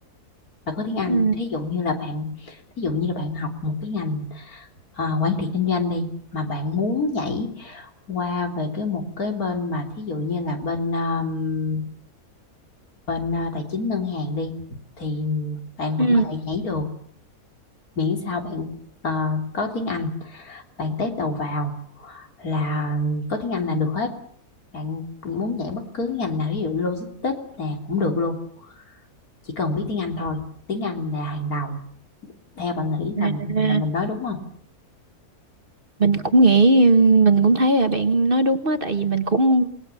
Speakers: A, on the left; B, on the right.
A: và có tiếng Anh.
B: Ừ.
A: Thí dụ như là bạn, thí dụ như là bạn học một cái ngành ờ, quản trị kinh doanh đi, mà bạn muốn nhảy qua về cái một cái bên mà thí dụ như là bên um, bên ờ, tài chính ngân hàng đi, thì bạn vẫn
B: Ừ.
A: có thể nhảy được miễn sao bạn ờ, có tiếng Anh, bạn test đầu vào là có tiếng Anh là được hết. bạn muốn dạy bất cứ ngành nào ví dụ logistics nè cũng được luôn chỉ cần biết tiếng Anh thôi tiếng Anh là hàng đầu theo bạn nghĩ là
B: À,
A: là mình nói đúng không
B: mình cũng nghĩ mình cũng thấy là bạn nói đúng á tại vì mình cũng